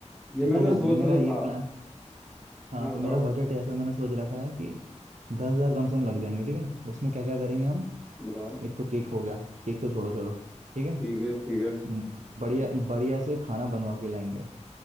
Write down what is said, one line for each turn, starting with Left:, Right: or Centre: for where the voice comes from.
Centre: ये मैंने
Right: <laughs> तो
Centre: सोचा
Right: मेरा
Centre: तो
Right: ये
Centre: था
Right: प्लान हाँ
Centre: हाँ बताओ
Right: तो मेरा बजट ऐसा मैंने सोच रखा है कि दस हजार कम से कम लग जाएंगे ठीक है उसमें क्या क्या करेंगे हम
Centre: बताओ
Right: एक तो केक हो गया केक तो छोड़ो चलो ठीक है
Centre: ठीक है ठीक है
Right: म- बढ़िया बढ़िया से खाना बनवा के लाएंगे